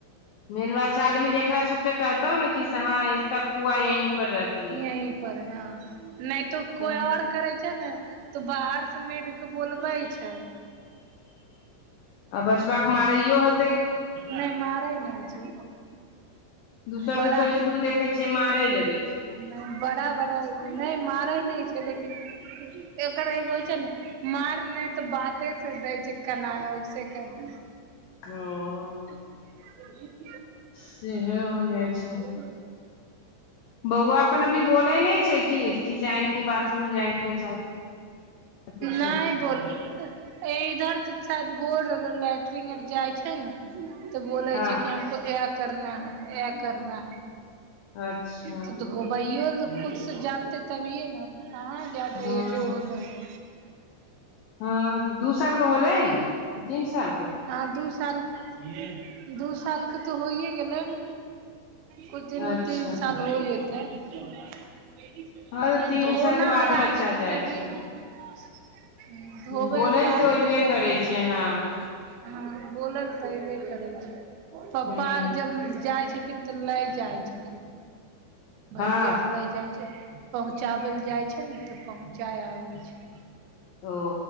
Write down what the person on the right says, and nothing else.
नै त कोइ
और करै छै ने त बाहर त मेड के बोलबै छै।
नै मारै नै छै।
बड़ा
नै बड़ा-बड़ा नै मारै नै छै लेकिन एकर एगो होय छै नै माएर नै तऽ बाते से दै छै कनाय उ से कर दै
बोल्ही नै
<unintelligible> हुं
नै बोल ए ऐ इधर से शायद बोल रहलो लेट्रिंग आर जाय छै नै त बोलय
छै कि हमको ऐ करना है, ऐ करना है।
त धोबईयो ल खुद से जानते तभिए नै कहाँ जादा
एजो होलय ऐ।
हां दू साल के, दू साल के तै होइयै गेलय। कुछ दिन मे
तीन साल हो जेतय
नै
धोना
आर आ
जेतय
तभिए
नै उ धोबय
आर लै
आ
जेतय तभीए
नै
हां बोलय लै त ऐबय करय छै, पप्पा
आर जब जाए छथिन। त लय जाय छथिन, भईयै
आर लय जाए छै नै। पहुँचाबै लै जाए छै नै त पहुँचाय आबय छै